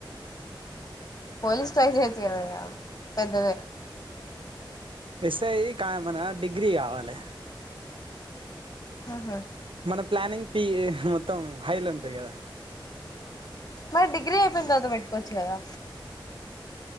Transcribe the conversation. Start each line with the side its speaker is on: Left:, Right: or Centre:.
Left: పోలీస్ ట్రై చెయ్యచు కదాయ్యా పెద్దది
Right: ఇస్తయి కామనా డిగ్రీ కావాలి
Left: ఊహూ
Right: మన ప్లానింగ్ పిఉ మొత్తం హైలో ఉంటాయి కదా
Left: మరి డిగ్రీ అయిపోయిన తర్వా పెట్టుకోవచ్చు కదా